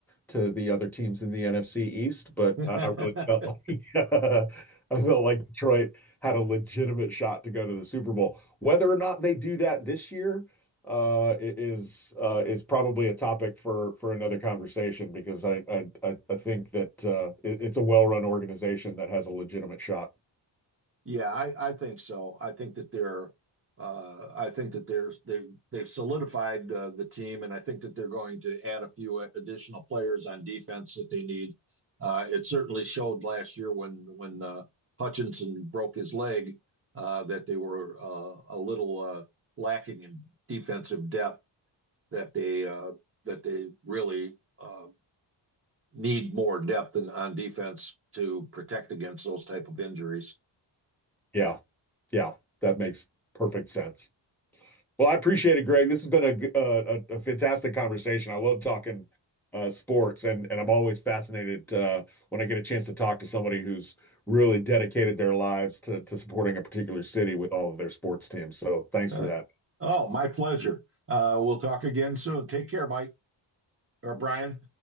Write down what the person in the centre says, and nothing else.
to the other teams in the NFC East, but
I, I really felt <laughs> like uh, I felt like Detroit had a legitimate shot to go to the Super Bowl. Whether or not they do that this year uh, is uh, is probably a topic for for another conversation because I I I think that uh, it, it's a well-run organization that has a legitimate shot.
Yeah, yeah, that makes perfect sense. Well, I appreciate it, Greg. This has been a a a fantastic conversation. I love talking uh, sports, and and I'm always fascinated uh, when I get a chance to talk to somebody who's really dedicated their lives to to supporting a particular city with all of their sports teams. So thanks
for that.